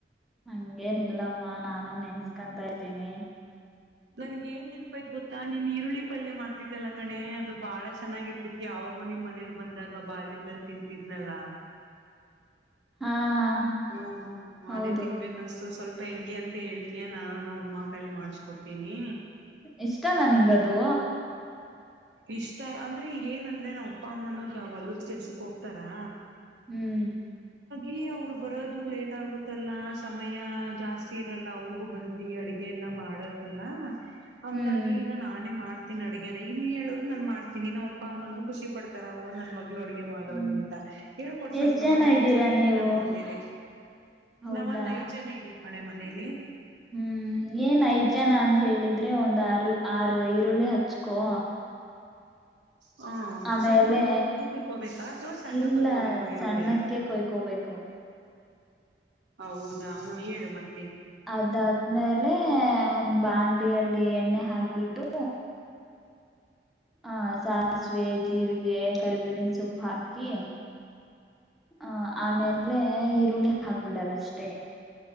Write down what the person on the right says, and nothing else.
ನನ್ಗ ಏನ್ ನೆನ್ಪಾಯ್ತ್ ಗೊತ್ತಾ ನೀನ್ ಈರುಳ್ಳಿ ಪಲ್ಯ ಮಾಡ್ತಿದ್ದ್ಯಾಲ್ಲ ಕಣೇ ಅದು ಬಾಳ ಚೆನ್ನಾಗಿರ್ತಿತ್ತು ಯಾವ ಹೋಗೋ ನಿಮ್ ಮನೇಲಿ ಬಂದಾಗ ಬಾಲ್ಯದಲ್ಲಿ ತಿಂತಿದ್ನಲ್ಲ.
ಹ್ಮ ಅದೇ
ತಿನ್ಬೇಕ್ ಅನ್ಸ್ತು ಸ್ವಲ್ಪ್ ಪೆಂಗಿ ಅಂತ ಹೇಳ್ತಿಯ ನಾನು ನಮ್ ಅಮ್ಮ ಲಕೈಲಿ ಮಾಡ್ಸ್ಕೊತೀನೀ.
ಇಷ್ಟ ಅಂದ್ರೆ ಏನಂದ್ರೆ ನಮ್ ಅಪ್ಪ ಅಮ್ಮನೂ ಹೊಲ್ಲದ ಕೆಲ್ಸಕ್ ಹೋಗ್ತಾರಾ
ಈ ಅವ್ರು ಬರೋದು ಲೇಟ್ ಆಗುತ್ತಲ್ಲ ಸಮಯ ಜಾಸ್ತಿ ಇರಲ್ಲ ಅವ್ರಿಗೂ ಬಂದಿ ಅಡಗೆ ಎಲ್ಲ ಕ್ಕ ಮಾಡಕಲ್ಲ ಹಂಗಾಗಿ
ಈಗ ನಾನೇ ಮಾಡ್ತೀನಿ ಅಡ್ಗೆನ ಇನ್ಹೇಳು ಹ್ಮ್ ನಾನ್ ಮಾಡ್ತೀನಿ ನಮ್ ಅಪ್ಪ ಅಮ್ಮನು ಖುಷಿ ಪಡ್ತಾರ <unintelligible> ನನ್ ಮ ಮಗ್ಳೋಡ್ಗೆ ಮಾಡೋಳ
ಅಂತ ಹೇಳ್ಕೊಡ್
ಸ್ವಲ್ಪ ಒಂದ್
ಐದ್ ಜನ ಇವಿ
ನಾವು ಮನೇಲಿ.
ನಾವ ಒಂದ್ ಐದ್ ಜನ ಇದ್ದೀವ್ ಕಣೆ ಮನೇಲಿ.
ಹ
ಸಣ್ಣಕ್ ಉದ್ದು ಕುಯ್ಕೋಬೇಕಾ ಅಥವಾ ಸಣ್ಣ
ಕುಯ್ಕೋಬೇಕು ಈರುಳ್ಳಿ
ಹೌದಾ ಹು ಹೇಳು ಮತ್ತ್